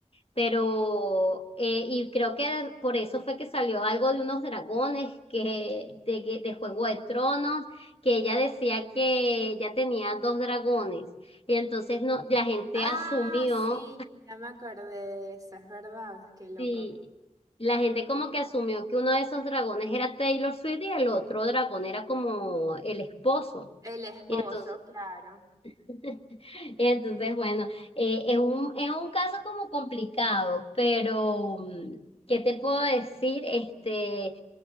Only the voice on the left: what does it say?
pero, eh, y creo que por eso fue que salió algo de unos dragones, que, de, que- de Juego de Tronos, que ella decía que ella tenía dos dragones, y entonces no, la gente
asumió,
y la gente como que asumió que uno de esos dragones era Taylor Swift y el otro dragón era como el esposo.
Y entonces,
<laughs> y entonces bueno, eh, es un, es un caso como complicado, pero mm, ¿qué te puedo decir? Este,